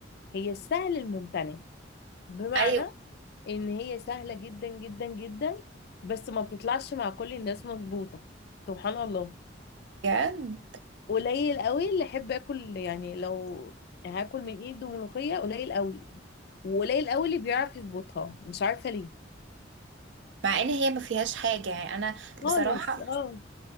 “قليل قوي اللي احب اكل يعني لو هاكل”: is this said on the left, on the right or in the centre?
Left